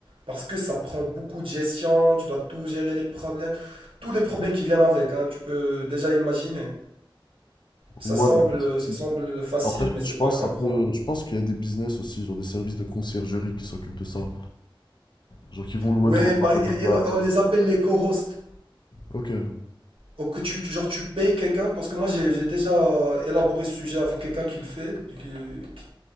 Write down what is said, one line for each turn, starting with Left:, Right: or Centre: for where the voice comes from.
Right: Parce que ça prend beaucoup de gestion, tu dois tout gérer les problèmes, tous les problèmes qui viennent avec, hein, tu peux déjà imaginer. Ça
Left: Ouais,
Right: semble,
Left: c'est- c'est-
Right: ça semble facile,
Left: après,
Right: mais c'est
Left: je pense
Right: pas le
Left: que
Right: cas,
Left: ça
Right: crois-moi.
Left: peut... je pense qu'il y a des business aussi, genre des services de conciergerie qui s'occupent de ça. Genre qui vont louer
Right: Ouais,
Left: ton appart
Right: par- et-
Left: à ta place.
Right: et on les appelle les co-hosts.
Left: Ok,
Right: Ou que tu, genre, tu payes quelqu'un, parce que moi j'ai j'ai déjà euh, élaboré ce sujet avec quelqu'un qui le fait, qui, qui-